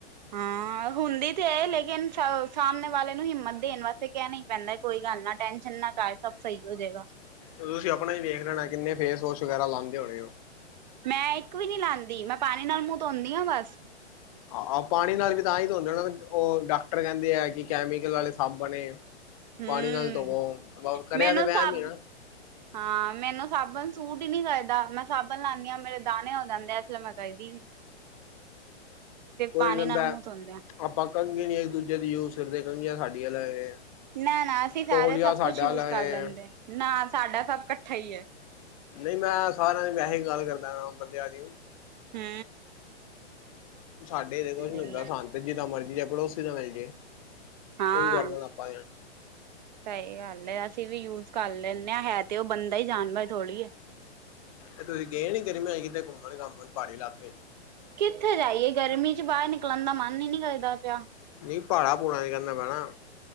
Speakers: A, on the right (about 40°); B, on the left (about 30°).
A: ਹੂੰ। ਹਾ ਹੁੰਦੀ ਤੇ ਹੈ, ਲੇਕਿਨ ਸਾਹਮਣੇ ਵਾਲੇ ਨੂੰ ਹਿੰਮਤ ਦੇਣ ਵਾਸਤੇ ਕਹਿ ਨੀ ਪੈਂਦਾ ਕੋਈ ਗੱਲ ਨਾ ਟੈਨਸ਼ਨ ਨਾ ਕਰ। ਸਭ ਸਹੀ ਹੋ ਜਾਏਗਾ।
B: ਤੁਸੀਂ ਆਪਣਾ ਹੀ ਵੇਖ ਲੈਣਾ ਕਿੰਨੇ ਫੇਸ ਵੋਸ਼ ਵਗੈਰਾ ਲਾਂਦੇ ਹੋਣੇ ਓ।
A: ਮੈਂ ਇੱਕ ਵੀ ਨੀ ਲਾਉਂਦੀ ਮੈਂ ਪਾਣੀ ਨਾਲ ਮੂੰਹ ਧੋਦੀ ਹਾਂ ਬਸ।
B: ਆਹ ਪਾਣੀ ਨਾਲ ਵੀ ਤਾਂ ਹੀ ਧੋਂਦੇ ਨਾ ਉਹ ਡਾਕਟਰ ਕਹਿੰਦੇ ਆ ਕਿ ਕੈਮੀਕਲ ਵਾਲੇ ਸਾਬਣ ਏ।
A: ਹਮ
B: ਪਾਣੀ ਨਾਲ ਧੋਵੋ, ਕਰਿਆ
A: ਮੈਨੂੰ
B: ਤੇ ਵਹਿਮ
A: ਸਭ
B: ਹੀ ਐ ਨਾ।
A: ਹਾਂ ਮੈਨੂੰ ਸਾਬਣ ਸੂਟ ਹੀ ਨੀ ਕਰਦਾ ਮੈਂ ਸਾਬਣ ਲਾਉਣੀ ਹਾਂ ਮੇਰੇ ਦਾਣੇ ਹੋ ਜਾਂਦੇ ਆ ਇਸਲੇ ਮੈਂ ਕਾਰਦੀ ਨੀ।
B: ਕੋਈ
A: ਪਾਣੀ
B: ਕਹਿੰਦਾ
A: ਨਾਲ ਮੂੰਹ ਧੋਂਦੇ ਆ।
B: ਆਪਾਂ ਕੰਘੇ ਨੀ ਇੱਕ ਦੂਜੇ ਦੀ ਯੂਜ ਕਰਦੇ ਕੰਘੀਆਂ ਸਾਡੀਆਂ ਅੱਲਗ ਲਗ ਏ।
A: ਨਾ- ਨਾ ਅਸੀਂ ਸਾਰੇ
B: ਤੌਲੀਆ
A: ਸਭ
B: ਸਾਡਾ
A: ਕੁਛ ਯੂਜ
B: ਅਲੱਗ
A: ਕਰ
B: ਏ
A: ਲੈਂਦੇ, ਨਾ ਸਾਡਾ ਸਭ ਇਕੱਠਾ ਹੀ ਏ।
B: ਨਹੀਂ ਮੈਂ ਸਾਰਿਆਂ ਦੀ ਵੈਸੇ ਹੀ ਗੱਲ ਕਰਦਾ ਪਿਆ ਬੰਦਿਆਂ ਦੀ।
A: ਹੂੰ।
B: ਸਾਡੇ ਇਹਦੇ ਕੁਛ ਨੀ ਹੁੰਦਾ
A: ਹੀ ਹੈ
B: ਸਾਂਝ ਮਰਜ਼ੀ ਜਾ ਚਕਲੋ <unintelligible> ਦਾ ਮਿਲ ਜੇ
A: ਹਾਂ
B: ਗੱਲ ਆਪਾਂ।
A: ਸਹੀ ਗੱਲ ਹੈ ਅਸੀਂ ਵੀ ਯੂਜ ਕਰ ਲੈਂਦੇ ਹਾਂ ਹੈ ਤੇ ਉਹ ਬੰਦਾ ਹੀ ਜਾਨਵਰ ਥੋੜੀ ਏ।
B: ਇਹ ਤੁਸੀਂ ਗਏ ਨੀ ਗਰਮੀ ਆ ਕਿਤੇ ਘੁੱਮਣ ਘਾਮਣ ਪਹਾੜੀ ਇਲਾਕੇ?
A: ਕਿੱਥੇ ਜਾਈਏ ਗਰਮੀ ਚ ਬਾਹਰ ਨਿਕਲਣ ਦਾ ਮਨ ਹੀ ਨਹੀਂ ਕਰਦਾ ਪਿਆ।
B: ਨਹੀਂ ਭਹਾੜਾ ਪੂੜਾ ਚ ਕੇਹਨਾ ਪਿਆ ਨਾ।